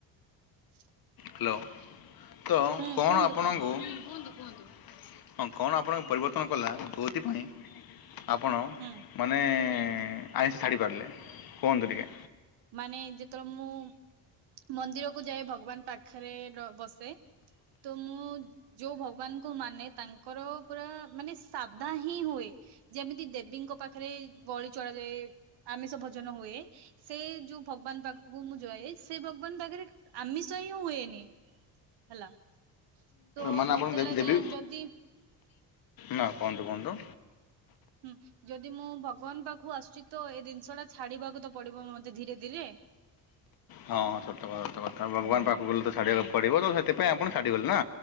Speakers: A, on the right (about 80°); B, on the left (about 60°).
A: <inaudible>
B: ହାଲୋ ତ
A: ହୁଁ
B: କଣ
A: କୁହନ୍ତୁ
B: ଆପଣଙ୍କୁ
A: କୁହନ୍ତୁ।
B: କୁହନ୍ତୁ କୁହନ୍ତୁ ହଁ କଣ ଆପଣଙ୍କ ପରିବର୍ତ୍ତନ କଲା। କୋଇଥିପାଇଁ ଆପଣ
A: ହୁଁ
B: ମାନେ ଆଇଁଷ ଛାଡ଼ିପାରିଲେ କୁହନ୍ତୁ ଟିକେ।
A: ମାନେ ଯେତେବେଳେ ମୁଁ ମନ୍ଦିରକୁୁ ଯାଏ ଭଗବାନ ପାଖରେ ପ୍ର ବସ୍ ବସେ ତ ମୁଁ ଯୋଉ ଭଗବାନଙ୍କୁ ମାନେ ତାଙ୍କର ପୁରା ମାନେ ସାଧା ହିଁ ହୁଏ। ଯେମିତି ଦେବୀଙ୍କ ପାଖରେ ବଳି ଚଳାଯାଏ, ଆମିଷ ଭୋଜନ ହୁଏ ସେ ଯୋଉ ଭଗବାନ୍ ପା ହ ମୁଁ ଯଏ, ସେ ଭଗବାନଙ୍କ ପାଖରେ ଆମିଷ ହିଁ ହୁଏନି, ହେଲା। ତ
B: ମାନେ
A: ମତେ
B: ଆପଣ ଦେବି
A: ଲାଗିଲା
B: ଦେବି
A: ଯଦି
B: ନା କୁହନ୍ତୁ କୁହନ୍ତୁ।
A: ହୁଁ, ଯଦି ମୁଁ ଭଗବାନ ପାଖକୁ ଆସୁଚି ତ, ଏ ଜିନିଷ୍ ଟା ଛାଡିବାକୁ ତ ପଡ଼ିବ ମତେ ଧୀରେ ଧୀରେ।
B: ହଁ ସତ କଥା, ସତ କଥା, ଭଗବାନ୍
A: ହୁଁ
B: ପାଖକୁ ଗଲେ ଛାଡ଼ିବାକୁ ପଡ଼ିବ, ତ ସେଥିପାଇଁ ଆପଣ ଛାଡିଗଲେ ନା